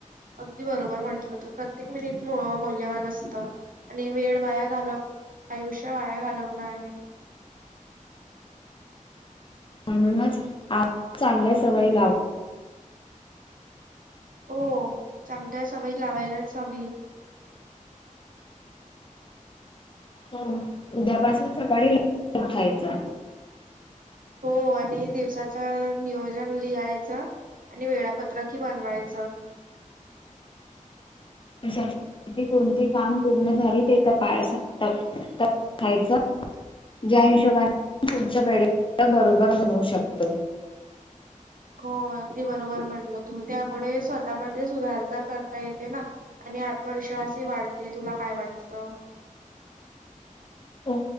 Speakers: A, on the right; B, on the left.
A: अगदी बरोबर म्हंटलं तू प्रत्येक मिनिट मौल्यवान असतं आणि वेळ वाया घालव आयुष्य वाया घालवणं आहे.
B: म्हणूनच आज चांगल्या सवयी लाव
A: हो चांगल्या सवयी लावायलाच हवी.
B: हो उद्यापासून सकाळी उठायचं.
A: हो आणि दिवसाच नियोजन लिहायचं. आणि वेळापत्र कि बनवायचं
B: ह कोणती काम पूर्ण झाली ते तपा तपासायचं ज्या हिशोबाने पुढच्या वेळे बरोबर बनवू शकतो.
A: हो अगदी बरोबर म्हंटलं तू त्यामुळे स्वतःमध्ये सुधारता करता येते ना. आणि आत्मविश्वासही वाढते तुला काय वाटतं?
B: हो